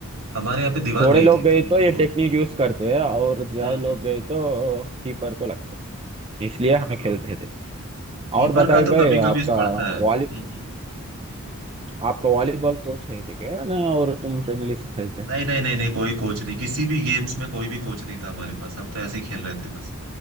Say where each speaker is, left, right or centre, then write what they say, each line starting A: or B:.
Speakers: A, on the right (about 75°); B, on the right (about 25°).
A: हमारे यहाँ पे दीवार
B: थोड़े
A: नहीं
B: लोग
A: थी
B: गए
A: तो हमको
B: तो ये टेक्निक यूज करते हैं और ज्यादा
A: हम्म
B: लोग
A: हम्म
B: गए तो कीपर को लगते हैं। इसलिए हमें
A: हाँ
B: खेलते थे
A: कीपर
B: और बताइए
A: का तो
B: भाई
A: कभी कभी
B: आपका
A: पड़ता है हम्म
B: वॉली
A: हम्म
B: आपका वॉलीबॉल कोच है थे क्या नहीं और तुम फ्रेंडली से खेलते
A: नहीं नहीं नहीं नहीं कोई कोच नहीं किसी भी गेम्स में कोई भी कोच नहीं था हमारे पास हम तो ऐसे ही खेल रहे थे बस